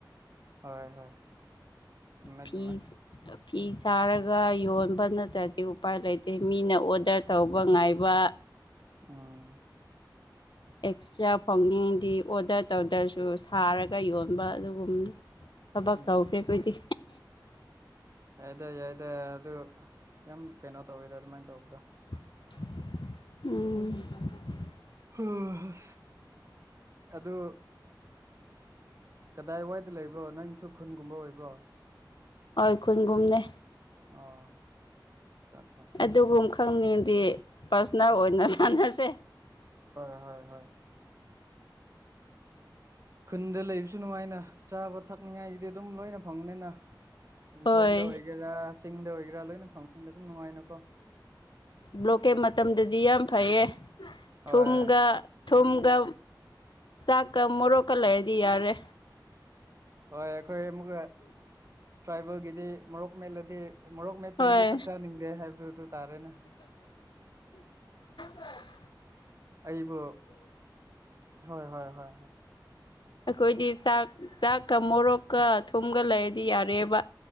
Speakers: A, on the right; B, on the left.
A: ꯍꯣꯏ ꯍꯣꯏ ꯆꯨꯝꯃꯦ
B: ꯐꯤꯁ
A: ꯆꯨꯝꯃꯦ
B: ꯐꯤ ꯁꯥꯔꯒ ꯌꯣꯟꯕ ꯅꯠꯇ꯭ꯔꯗꯤ ꯎꯄꯥꯏ ꯂꯩꯇꯦ ꯃꯤꯅ ꯑꯣꯗꯔ ꯇꯧꯕ ꯉꯥꯏꯕ
A: ꯑ
B: ꯑꯦꯛꯁꯇ꯭ꯔꯥ ꯐꯧꯅꯤꯡꯗꯤ ꯑꯣꯗꯔ ꯇꯧꯗ꯭ꯔꯁꯨ ꯁꯥꯔꯒ ꯌꯣꯟꯕ ꯑꯗꯨꯒꯨꯝꯅꯤ ꯊꯕꯛ
A: ꯎꯝ
B: ꯇꯧꯈ꯭ꯔꯦ ꯑꯩꯈꯣꯏꯗꯤ
A: ꯌꯥꯏꯗ ꯌꯥꯏꯗ ꯑꯗꯨ ꯌꯥꯝ ꯀꯩꯅꯣ ꯇꯧꯋꯦꯗ ꯑꯗꯨꯃꯥꯏꯅ ꯇꯧꯕꯗꯣ
B: ꯎꯝ
A: ꯍꯣꯏ ꯍꯣꯏ ꯑꯗꯨ ꯀꯗꯥꯏ ꯋꯥꯏꯗ ꯂꯩꯕ꯭ꯔꯣ ꯅꯪ ꯈꯨꯟꯒꯨꯝꯕ ꯑꯣꯏꯕ꯭ꯔꯣ
B: ꯍꯣꯏ ꯈꯨꯟꯒꯨꯝꯅꯦ
A: ꯑꯣ ꯑꯠꯆꯥ ꯑꯠꯆꯥ
B: ꯑꯗꯨꯒꯨꯝ ꯈꯪꯅꯤꯡꯗꯤ ꯄꯔꯁꯅꯦꯜ ꯑꯣꯏꯅ ꯁꯥꯟꯅꯁꯦ
A: ꯍꯣꯏ ꯍꯣꯏ ꯍꯣꯏ ꯈꯨꯟꯗ ꯂꯩꯕꯁꯨ ꯅꯨꯡꯉꯥꯏꯅ ꯆꯥꯕ ꯊꯛꯅꯤꯉꯥꯏꯒꯤꯗꯤ ꯑꯗꯨꯝ ꯂꯣꯏꯅ ꯐꯪꯅꯤꯅ ꯏꯪꯈꯣꯜꯗ
B: ꯍꯣꯏ
A: ꯑꯣꯏꯒꯦꯔꯥ ꯆꯤꯡꯗ ꯑꯣꯏꯒꯦꯔꯥ ꯂꯣꯏꯅ ꯐꯪꯕꯗ ꯑꯗꯨꯝ ꯅꯨꯡꯉꯥꯏꯅꯀꯣ
B: ꯕ꯭ꯂꯣꯛꯀꯦꯠ ꯃꯇꯝꯗꯗꯤ ꯌꯥꯝ ꯐꯩꯌꯦ
A: ꯍꯣꯏ
B: ꯊꯨꯝꯒ ꯊꯨꯝꯒ ꯁꯥꯀ ꯃꯣꯔꯣ ꯀꯂ ꯍꯥꯏꯗꯤ ꯌꯥꯔꯦ
A: ꯍꯣꯏ ꯑꯩꯈꯣꯏ ꯑꯃꯨꯛ ꯇ꯭ꯔꯥꯏꯕꯦꯜꯒꯤꯗꯤ ꯃꯣꯔꯣꯛ ꯃꯠꯂꯗꯤ ꯃꯣꯔꯣꯛ ꯃꯦꯠꯇ꯭ꯔꯗꯤ
B: ꯍꯣꯏ
A: ꯆꯥꯛ ꯆꯥꯅꯤꯡꯗꯦ ꯍꯥꯏꯕꯗꯨ ꯑꯗꯨ ꯇꯥꯔꯦꯅꯦ
B: ꯆ
A: ꯑꯩꯕꯨꯣ ꯍꯣꯏ ꯍ ꯍ
B: ꯑꯩꯈꯣꯏꯗꯤ ꯆꯥꯛ ꯆꯥꯛꯀ ꯃꯣꯔꯣꯛꯀ ꯊꯨꯝꯒ ꯂꯩꯔꯗꯤ ꯌꯥꯔꯦꯕ